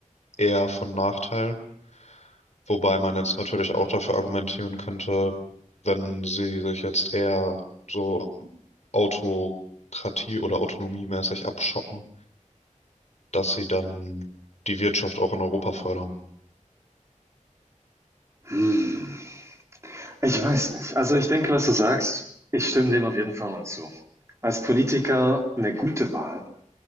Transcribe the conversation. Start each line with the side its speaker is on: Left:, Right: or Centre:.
Left: eher von Nachteil. Wobei man jetzt natürlich auch dafür argumentieren könnte, wenn sie sich jetzt eher so Autokratie oder autonomiemäßig abschotten, dass sie dann die Wirtschaft auch in Europa fördern.
Right: hm. Ich weiß nicht. Also ich denke, was du sagst, ich stimme dem auf jeden Fall mal zu. Als Politiker eine gute Wahl.